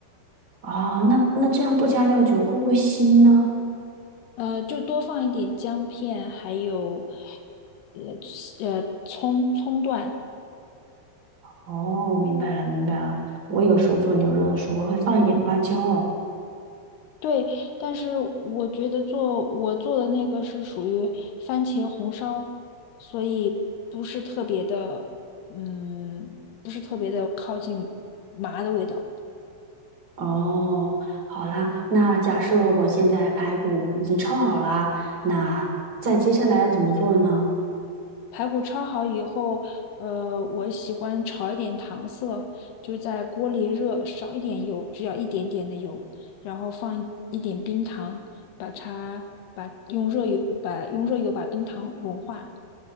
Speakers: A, on the right; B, on the left.
A: 哦，那那这样不加料酒会不会腥呢？
B: 呃，就多放一点姜片，还有呃呃葱葱段。
A: 哦，明白了，明白了。我有时候做牛肉的时候，我会放一点花椒哦。
B: 对，但是我觉得做我做的那个是属于番茄红烧，所以不是特别的，嗯，不是特别的靠近麻的味道。
A: 哦好啦，那假设我现在排骨已经焯好啦，那再接下来要怎么做呢？
B: 排骨焯好以后，呃，我喜欢炒一点糖色，就在锅里热，少一点油，只要一点点的油，然后放一一点冰糖，把它把用热油把用热油把冰糖融化，